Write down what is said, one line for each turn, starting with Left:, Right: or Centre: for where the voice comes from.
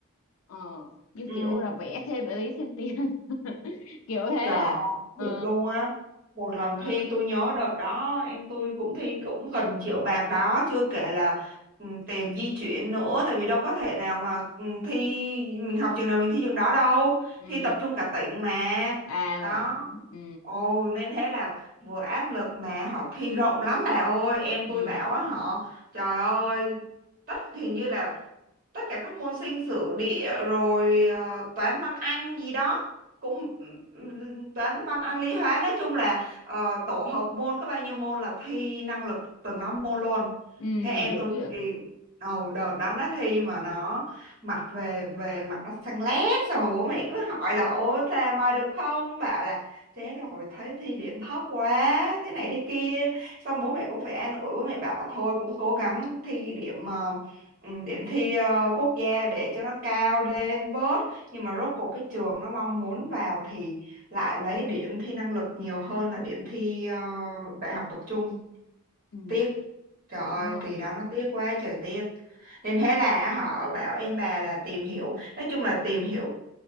Left: ờ nhưng
Right: ừ.
Left: kiểu là vẽ thêm để lấy thêm tiền <laughs> kiểu thế
Right: Trời
Left: á.
Right: ơi,
Left: ờ
Right: thiệt luôn á. Một lần
Left: ờ
Right: thi tôi nhớ đợt đó em tôi cũng thi cũng gần triệu bạc đó, chưa kể là ừ, tiền di chuyển nữa tại vì đâu có thể nào mà ừ, thi mình học trường nào mình thi trường đó đâu.
Left: ừ
Right: Thi tập trung cả tỉnh mà.
Left: à
Right: Đó.
Left: vậy hả ừ
Right: Ồ nên thế là vừa áp lực mà họ thi rộng lắm bà ơi, em
Left: ừ
Right: tôi bảo á họ trời ơi tất hình như là tất cả các môn sinh sử địa rồi ờ, toán văn anh gì đó cũng toán văn Anh lý hóa nói chung là ờ, tổ hợp môn có bao nhiêu môn là thi năng lực từng đó môn luôn
Left: ừ
Right: thế em
Left: dữ
Right: tôi
Left: vậy
Right: kỳ đầu đợt đó nó thi mà nó mặt về về mặt nó xanh lét xong mà bố mẹ cứ hỏi là ô ra bài được không bảo là thế rồi thấy thi điểm thấp quá thế này thế kia xong bố mẹ cũng phải an ủi bố mẹ bảo thôi cũng cố gắng thi điểm ờ, ừ, điểm thi ờ, quốc gia để cho nó cao lên vớt nhưng mà rốt cuộc cái trường nó mong muốn vào thì lại lấy điểm thi năng lực nhiều hơn là điểm thi ờ, đại học tập trung
Left: ừ
Right: tiếc trời ơi
Left: đúng rồi
Right: kỳ đó nó tiếc quá trời tiếc nên thế là họ bảo em bà là tìm hiểu nói chung là tìm hiểu